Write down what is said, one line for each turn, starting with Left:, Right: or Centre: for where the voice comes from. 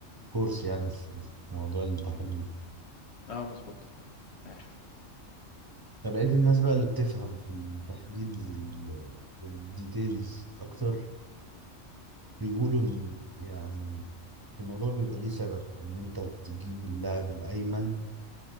Right: كورس يعني في في موضوع التحليل
Left: اه مظبوط عارف
Right: فلقيت الناس بقى اللي بتفهم في التحليل وال... والديتيلز أكتر بيقولوا إن يعني الموضوع بيبقى ليه سبب إن أنت تجيب اللاعب الأيمن